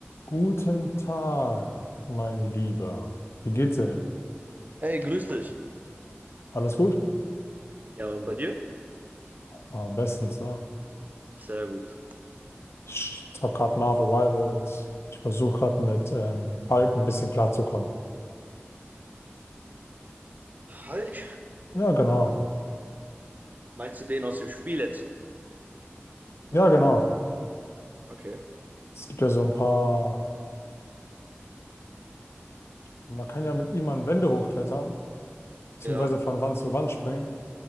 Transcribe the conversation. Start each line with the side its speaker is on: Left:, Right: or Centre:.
Left: Guten Tag, mein Lieber. Wie geht's dir denn?
Right: Hey, grüß dich.
Left: Alles gut?
Right: Ja, und bei dir?
Left: Ah, bestens, ne?
Right: Sehr gut.
Left: Ich hab gerade Marvel Rivals. Ich versuche gerade mit ähm, Hulk ein bisschen klarzukommen.
Right: Hulk?
Left: Ja, genau.
Right: Meinst du den aus dem Spiel jetzt?
Left: Ja, genau.
Right: Okay.
Left: Es gibt ja so ein paar. Man kann ja mit ihm an Wände hochklettern, beziehungsweise
Right: Ja.
Left: von Wand zu Wand springen.